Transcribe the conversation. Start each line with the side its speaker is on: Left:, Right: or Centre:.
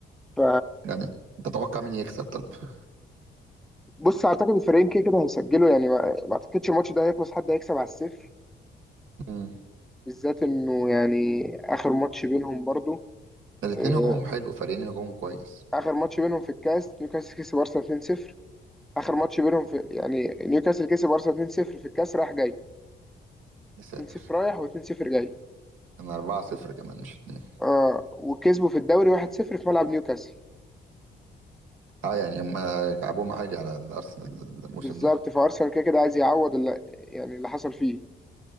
Centre: ف
Right: يعني تتوقع مين يكسب طب؟ <laughs>
Centre: بص اعتقد الفريقين كده كده هيسجلوا يعني ما ما اعتقدش الماتش ده هيخلص حد هيكسب على الصفر
Right: مم.
Centre: بالذات انه يعني اخر ماتش بينهم برضو
Right: الاتنين
Centre: آه،
Right: هجومهم حلو فريقين هجومهم كويس
Centre: اخر ماتش بينهم في الكاس نيوكاسل كسب ارسنال 2-0 اخر ماتش بينهم في يعني نيوكاسل كسب ارسنال 2-0 في الكاس راح جاي
Right: يا ساتر
Centre: 2-0 رايح و2-0 جاي
Right: أنا أربعة صفر كمان مش اتنين
Centre: اه وكسبوا في الدوري 1-0 في ملعب نيوكاسل
Right: أه يعني هما كعبهم عالي على الأرسنال الموسم
Centre: بالظبط
Right: ده
Centre: فارسنال كده كده عايز يعوض اللي يعني اللي حصل فيه